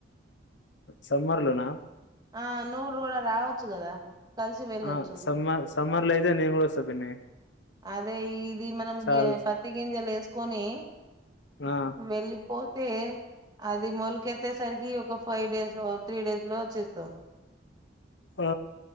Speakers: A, on the left; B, on the right.
A: సమ్మర్లో నా
B: ఆ నువ్వురు కూడా రావచ్చు కదా కలిసి వెళ్ళొచ్చు
A: ఆ సమ్మర్ సమ్మర్ లో ఐతే నేను కూడా వస్తా పిన్ని
B: అదే ఈ ఇది మనం
A: చాలా
B: గి పత్తి గింజలు వేస్కొని
A: ఆ
B: వెళ్లిపోతే అది మొలికెత్తేసరికి ఒక ఫైవ్ డేస్ లో త్రీ డేస్ లో వచ్చేస్తావ్
A: ఆ